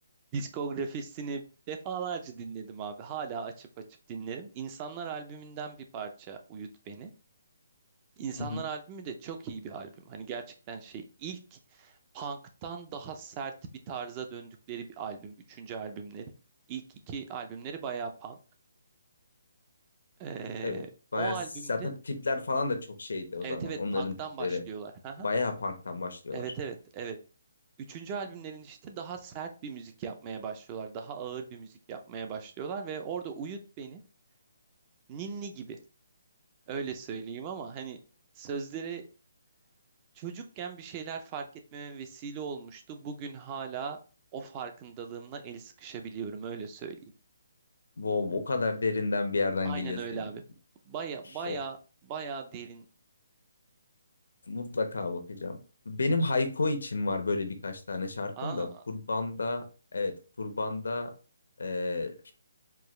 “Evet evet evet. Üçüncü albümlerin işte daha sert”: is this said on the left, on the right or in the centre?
Right